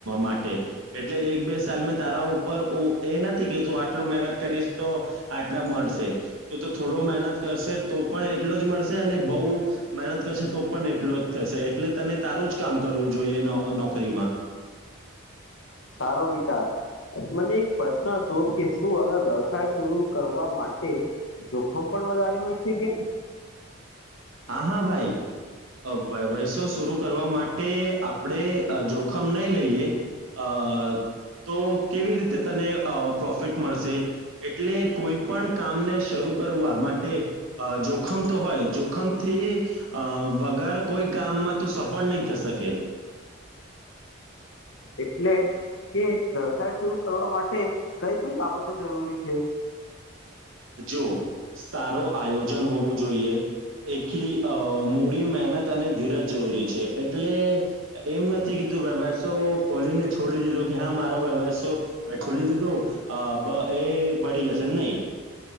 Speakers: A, on the right; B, on the left.
A: માટે એટલે એક બે સાલ મેં તારા ઉપર એ નથી કે તું આટલો મહેનત કરીશ તો આટલા મળશે તો તો થોડો મહેનત કરશે તો પણ એટલો જ મળશે અને બઉુ મહેનત કરશે તો પણ એટલો જ થશે એટલે તને તારું જ કામ કરવું જોઈએ નોકરીમાં
B: સારો વિચાર મને એક પ્રશ્ન હતો કે શું અગર વ્યવસાય શરૂુ કરવા માટે જોખમ પણ બજ હોય છે કે
A: હા હા ભાઈ વસો શર કરવા માટે આપણે જોખમ નહી લઈએ હ તો કેવી રીતે તને પ્રોફિટ મળશે એટલે કોઈ પણ કામને શરૂ કરવા માટે જોખમ તો હોય જોખમ થી અ વગર કોઈ કામમાં તું સફળ નહી થ શકે
B: એટલે કે વ્યવસાય શર કરવા માટે કઈ કઈ બાબતો જરૂરી છે
A: જો સારો આયોજન હોવું જોઈએ એકખી મૂડી મહેનત અને ધીરજ જરૂરી છે એટલે એમ નથી વ્યવો ખોલીને છોડી દીધો કે હા મારો વ્યવસો મેં ખોલી દીધો એ બળી જશે નહી